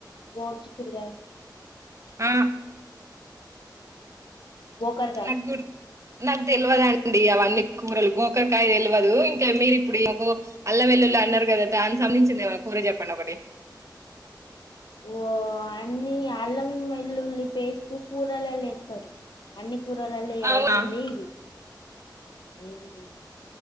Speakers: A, on the left; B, on the right.
A: గోడు చిక్కుడికాయ
B: ఆ
A: వోకగా
B: నాకు గుర్- నాకు తెలియదుండి అవన్నీ కూరలు గోకరకాయ తెలియదు ఇంకా మీరు ఇప్పుడు అల్ల వెల్లుు అన్నారు కదా దాని సంబధించింది ఏమనా కూర చెప్పండి ఒకటి
A: ఓ అన్ని అల్లం వెల్లుల్లి పేస్తూ కూరలు లే అన్ని కూరలలో వేయాల్సిందే
B: అవునా
A: ఇది మ్